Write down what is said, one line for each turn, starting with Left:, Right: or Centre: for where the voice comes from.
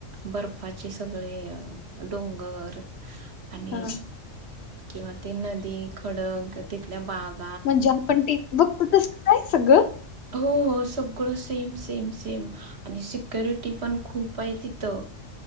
Right: बर्फाचे सगळे डोंगर आणि
Left: हा
Right: किंवा ते नदी खडक तिथल्या बाग
Left: म्हणजे आपण टी व्ही त बघतो ते तसंच आहे सगळं?
Right: हो हो सगळं सेम सेम सेम. आणि सिक्युरिटी पण खूप आहे तिथं.